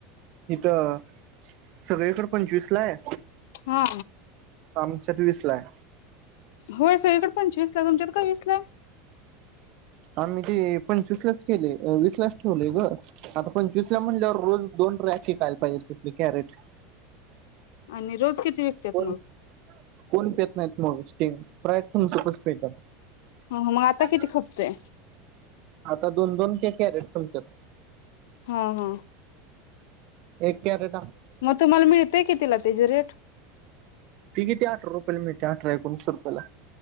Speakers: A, on the right; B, on the left.
A: हिथं सगळीकड पंचवीसलाय
B: हा
A: आमच्यात वीसलाय.
B: होय सगळीकडे पंचवीस तुमच्यात का विसलाय
A: आम्ही ते पंचवीसलाच केलय. विसलाच ठेवलेय ग आता पंचवीसला म्हणल्यावर रोज दोन रॅक विकायला पाहिजे तसले कॅरेट.
B: आणि रोज किती विकत्यात
A: कोण
B: मग
A: कोण पेत नाहीत मग स्टिंग. प्रयत्थन सोपच पद
B: हा हा मग आता किती
A: <inaudible>
B: खपतय
A: आता दोन दोन ते कॅरेट संपतेत.
B: हा हा.
A: एक क <inaudible>
B: मग तुम्हाला मिळतेय कितिला तेचं रेट.
A: ती किती अठरा रुपयाला मिळतय अठरा एकोणीस रुपयाला.